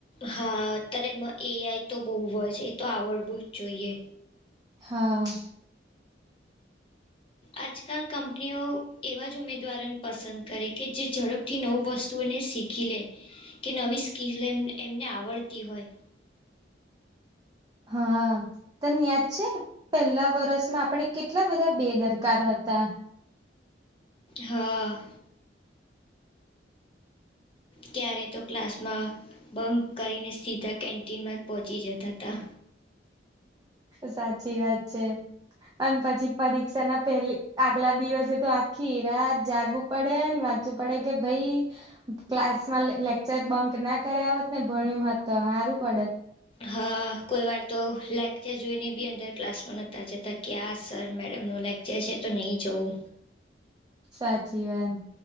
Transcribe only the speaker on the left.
હા અત્યારે એ આઈ તો બહુ હોય છે એ તો આવડવું જ જોઈએ.
આજકાલ કંપનીઓ એવા જ ઉમેદવારોને પસંદ કરે કે જે ઝડપથી નવું વસ્તુઓને શીખ ખીલે કે નવી સ્કીલ એમ એમને આવડતી હોય
હા. ક્યારેય તો ક્લાસમાં બંધ કરીને સીધા કેન્ટીનમાં જ પહોંચી જતા તા.
હા, કોઈ વાર તો લેક્ચર જોઈને બી અંદર ક્લાસમાં નહતા જતા ક આ સર મેડમનું લેક ચર છે તો નહી જવું.